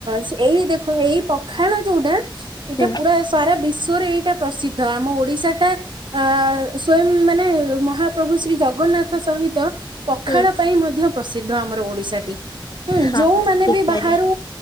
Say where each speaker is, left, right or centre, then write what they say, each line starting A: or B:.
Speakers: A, on the right (about 70°); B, on the left (about 55°).
A: ସ ଏଇ ଦେଖ ଏଇ ପଖାଳ ଯୋଉଟା ଏଇଟା
B: ହୁଁ
A: ପୁରା ସାରା ବିଶ୍ଵରେ ଏଇଟା ପ୍ରସିଦ୍ଧ ଆମ ଓଡିଶାଟା ଅ ସ୍ଵୟଂ ମାନେ ମହାପ୍ରଭୁ ଶ୍ରୀ ଜଗନ୍ନାଥ ସହିତ ପଖାଳ
B: ହୁଁ
A: ପାଇଁ ମଧ୍ୟ ପ୍ରସିଦ୍ଧ ଆମର ଓଡିଶାଟି ହୁଁ
B: ହଁ
A: ଯୋଉମାନେ
B: ଠିକ
A: ବି
B: କହିଲେ
A: ବାହାରୁ